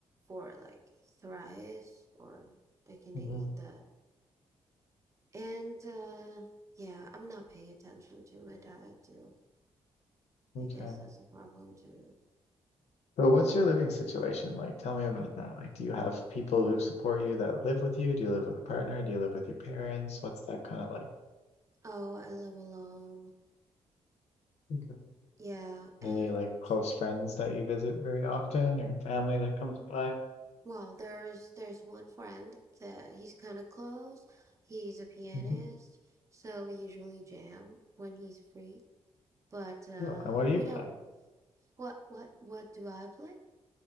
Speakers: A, on the right (about 30°); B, on the left (about 80°).
A: for like thrice or I can
B: Mm-hmm.
A: eat that And uh yeah, I'm not paying attention to my diet too.
B: Okay.
A: I guess that's a problem too.
B: So what's your living situation like? Tell me about that. Like, do you have people who support you that live with you? Do you live with a partner? Do you live with your parents? What's that kind of like?
A: Oh, I live alone.
B: Okay.
A: Yeah, and
B: Any like close friends that you visit very often or family that comes by?
A: well, there's there's one friend that he's kind of close. He's a pianist,
B: Mm-hmm.
A: so we usually jam when he's free. But uh
B: Cool. And what do you
A: we
B: play?
A: don't what what what do I play?